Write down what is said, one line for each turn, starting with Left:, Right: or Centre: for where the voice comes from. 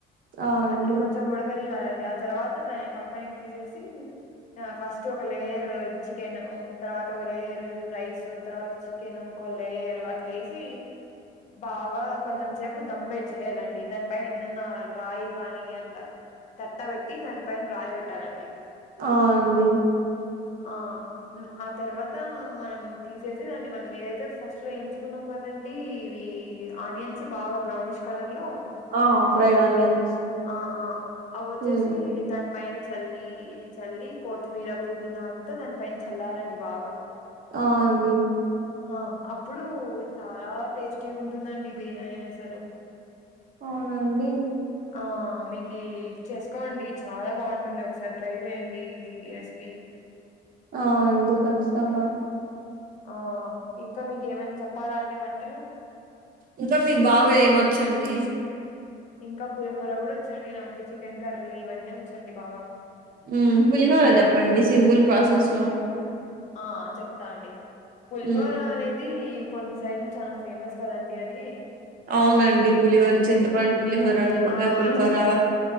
Right: ఆ అండి
Left: అది కొంచెం ఉడకని ఆ తర్వాత దాన్ని పక్కనికి తీసేసి ఆ ఫస్ట్ ఒక లేయర్ చికెన్ తర్వాత ఒక లేయర్ రైస్ తర్వాత చికెన్ ఓ లేయరు అట్లే వేసి బాగా కొంచెం సేపు దమ్మెసి చేయాలండి దానిపై నిన్న రాయి కానీ అట్ల తట్టబెట్టి దాని పైన రాయిబెట్టాలండి
Right: అ అండి
Left: ఆ ఆ తర్వాత మనం తీసేసి దాన్ని మనం ఏదైతే ఫస్ట్ లో ఎయించుకున్నాం కదండి ఇవి ఆనియన్స్ బాగా బ్రౌనిష్ కలర్ లో
Right: ఆ ఫ్రైడ్ ఆనియన్స్
Left: ఆ అవోచ్చేసి
Right: హ్మ్
Left: దానికి పైన చల్లి చల్లి కొతిమీర పుదీనా అంతా దాని పైన చల్లాలండి బాగా
Right: అ అండి
Left: ఆ అప్పుడు చాలా టేస్టీ ఉంటుందండి బిర్యానీ అసలు
Right: అవునండి.
Left: ఆ మీకి చేసుకోండి చాలా బాగుంటుంది ఒకసారి ట్రై చేయండి ఇది రెసిపీ
Right: ఆ అండి ఖచ్చితంగా
Left: ఆ ఇంకా మీకు ఏమన్నా చెప్పాలా అండి వంటలు
Right: ఇంకా మీ బావ ఏమొచ్చండి
Left: ఇంకా పులిహోర కూడా వచ్చండి నాకు చికెన్ కర్రీ ఇవన్నీ వచ్చండి బాగా
Right: హ్మ్ పులిహార చెప్పండి సింపుల్ ప్రాసెస్ లో
Left: ఆ చెప్తా అండి పులిహోర
Right: హ్మ్
Left: అనేది ఇది కొన్ని సైడ్లు చాలా ఫేమస్ కదండి అది
Right: అవునండి పులిహార చింతపండు పులిహోర నిమ్మకాయ
Left: ఆ
Right: పులిహోర
Left: చింతపండు